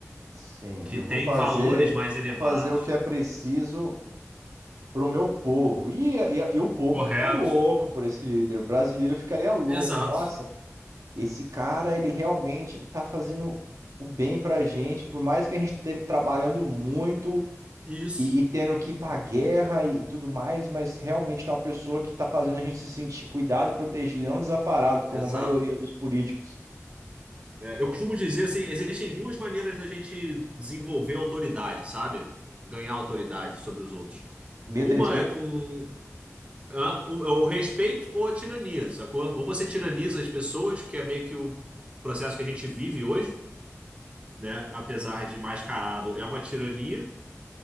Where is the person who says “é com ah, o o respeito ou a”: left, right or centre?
Right